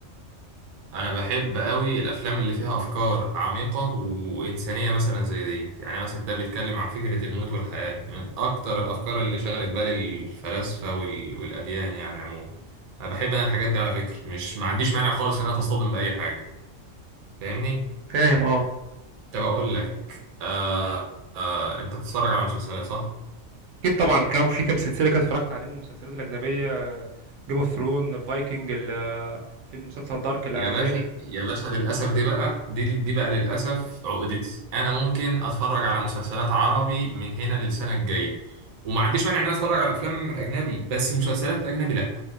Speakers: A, on the right; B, on the right.
A: أنا بحب قوي الأفلام اللي فيها أفكار عميقة وإنسانية مثلا زي دي يعني مثلا ده بيتكلم عن فكرة الموت والحياة من أكتر الأفكار اللي شغلت بال الفلاسفة وال... والأديان يعني عموما أنا بحب أنا الحاجات دي على فكرة مش ما عنديش مانع خالص إنها تصطدم بأي حاجة فاهمني؟
B: فاهم اه
A: طب أقول لك آه... آه... أنت بتتفرج على مسلسلات صح؟
B: اكيد طبعا كان في كام سلسله كده اتفرجت عليهم من المسلسلات الاجنبيه جيم اوف ثرون فايكنج في المسلسل دارك الالماني
A: يا باشا يا باشا للأسف دي بقى دي دي بقى للأسف عقدتي أنا ممكن أتفرج على مسلسلات عربي من هنا للسنة الجاية وما عنديش مانع إن أنا أتفرج على أفلام أجنبي بس مسلسلات أجنبي لأ